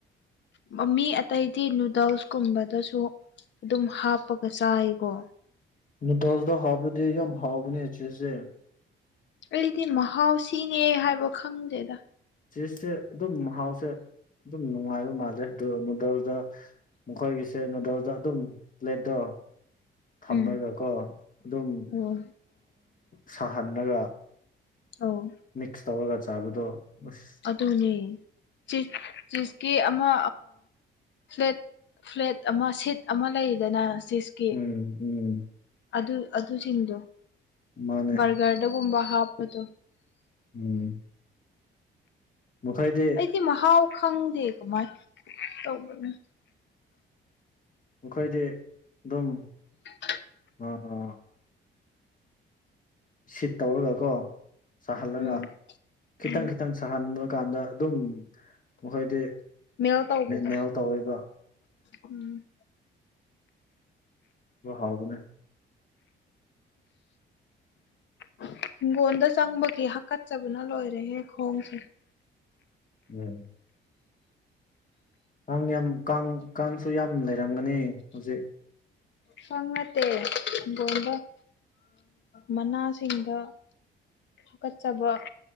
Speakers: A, on the left (about 65°); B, on the left (about 45°).
A: ꯃ ꯃꯤ ꯑꯇꯩꯗꯤ ꯅꯨꯗꯜꯁꯀꯨꯝꯕꯗꯁꯨ ꯑꯗꯨꯝ ꯍꯥꯞꯄꯒ ꯆꯥꯏꯀꯣ
B: ꯃ ꯗꯁꯗꯣ ꯍꯥꯕꯗꯤ ꯌꯥ ꯃꯍꯥꯎꯕꯅꯤꯆꯦꯁꯦ
A: ꯑꯩꯗꯤ ꯃꯍꯥꯎꯁꯤꯅꯦ ꯍꯥꯏꯕ ꯈꯪꯗꯦꯗ
B: ꯆꯤꯁꯁꯦ ꯑꯗꯨꯝ ꯃꯍꯥꯎꯁꯦ ꯑꯗꯨꯝ ꯅꯨꯡꯉꯥꯏꯕ ꯃꯥꯜꯂꯦ ꯑꯃꯗꯧꯗ ꯃꯈꯣꯏꯒꯤꯁꯦ ꯅꯨꯣꯗꯜꯗ ꯑꯗꯨꯝ ꯄ꯭ꯂꯦꯠꯇꯣ ꯊꯝꯃꯒꯀꯣ
A: ꯎꯝ
B: ꯑꯗꯨꯝ
A: ꯑꯣ
B: ꯁꯥꯍꯂꯒ
A: ꯑꯧ
B: ꯃꯤꯛꯁ ꯇꯧꯔꯒ ꯆꯥꯕꯗꯣ ꯑꯁ
A: ꯑꯗꯨꯅꯦ ꯆꯤꯁꯀꯤ ꯑꯃ ꯐ꯭ꯂꯦꯠ ꯐ꯭ꯂꯦꯠ ꯑꯃ ꯁꯤꯠ ꯑꯃ ꯂꯩꯗꯅ ꯆꯤꯁꯀꯤ
B: ꯎꯝ ꯎꯝ
A: ꯑꯗꯨ ꯑꯗꯨꯁꯤꯡꯗꯣ
B: ꯃꯥꯅꯦ
A: ꯕꯔꯒꯔꯗꯒꯨꯝꯕ ꯍꯥꯞꯄꯗꯣ
B: ꯎꯝ ꯃꯈꯣꯏꯗꯤ
A: ꯑꯩꯗꯤ ꯃꯍꯥꯎ ꯈꯪꯗꯦ ꯀꯃꯥꯏ ꯇꯧꯕꯅꯤ
B: ꯃꯈꯣꯏꯗꯤ ꯑꯗꯨꯝ
A: <unintelligible>
B: ꯎꯝ ꯁꯤꯠ ꯇꯧꯔꯒꯀꯣ ꯁꯥꯍꯜꯂꯒ
A: ꯎꯝ
B: ꯈꯤꯇꯪ
A: ꯎꯝ
B: ꯈꯤꯇꯪ ꯁꯥꯍꯟꯕ ꯀꯥꯟꯗ ꯑꯗꯨꯝ ꯃꯈꯣꯏꯗꯤ
A: ꯃꯦꯜ ꯇꯧꯕꯗꯣ
B: ꯃꯦꯦꯜ ꯇꯧꯔꯤꯕ
A: ꯎꯝ
B: ꯑꯗꯨ ꯍꯥꯎꯕꯅꯦ
A: ꯑ ꯍꯤꯡꯒꯣꯜꯗ ꯆꯪꯕꯒꯤ ꯍꯥꯀꯠꯆꯕꯅ ꯂꯣꯏꯔꯦꯍꯦ ꯈꯣꯡꯁꯦ
B: ꯎꯝ ꯀꯥꯡ ꯌꯥꯝ ꯀꯥꯡ ꯀꯥꯡꯁꯨ ꯌꯥꯝ ꯂꯩꯔꯝꯒꯅꯤ ꯍꯧꯖꯤꯛ
A: ꯐꯉ ꯇꯦ ꯣꯝꯕ ꯃꯅꯥꯁꯤꯡꯗ ꯍꯥꯀꯠꯆꯕ